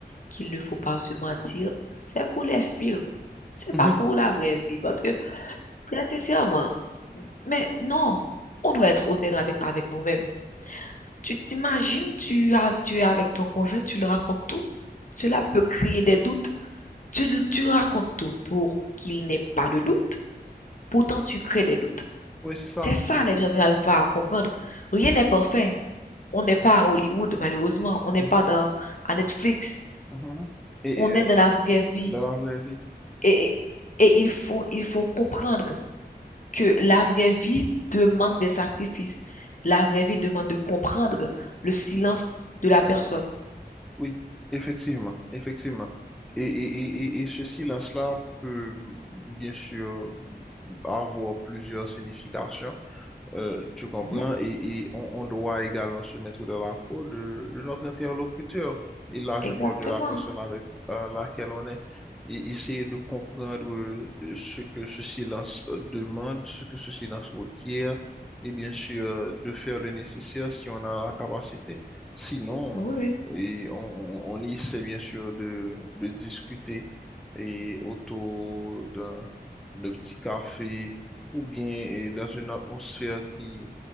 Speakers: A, on the left; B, in the centre.
A: qu'il ne faut pas se mentir, c'est pour les films. C'est
B: Mhm,
A: pas pour la vraie vie. Parce que, très sincèrement, mais non, on doit être honnête avec, avec nous-mêmes. Tu t'imagines, tu, as- tu es avec ton conjoint, tu lui racontes tout. Cela peut créer des doutes. Tu, tu racontes tout pour qu'il n'ait pas de doute. Pourtant, tu crées des doutes.
B: Oui, c'est ça.
A: C'est ça, les gens n'arrivent pas à comprendre. Rien n'est parfait. On n'est pas à Hollywood, malheureusement. On n'est
B: mhm,
A: pas dans, à Netflix.
B: mhm. Et
A: On
B: euh,
A: est dans la vraie vie.
B: dans la vraie vie,
A: Et, et il faut, il faut comprendre que la vraie vie demande des sacrifices. La vraie vie demande de comprendre le silence de la personne.
B: oui, effectivement, effectivement. Et, et, et, et et ce silence-là peut bien sûr avoir plusieurs significations. Euh, tu comprends?
A: Mhm,
B: Et, et on, on doit également se mettre dans la peau de, de notre interlocuteur. Et là,
A: exactement.
B: je parle de la personne avec euh, laquelle on est. Et essayer de comprendre euh, ce que ce silence euh, demande, ce que ce silence requiert, et bien sûr, euh, de faire le nécessaire si on a la capacité. Sinon,
A: Oui, oui,
B: et on, on essaie bien sûr de, de discuter et autour d'un d'un petit café ou bien et dans une atmosphère qui,